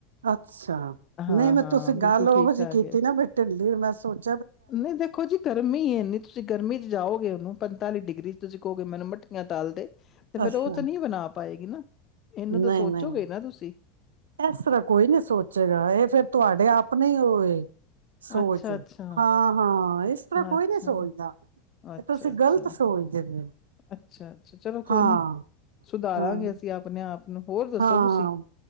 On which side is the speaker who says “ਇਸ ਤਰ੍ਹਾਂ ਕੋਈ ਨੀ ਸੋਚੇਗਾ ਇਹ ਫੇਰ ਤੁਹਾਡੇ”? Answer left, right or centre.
Right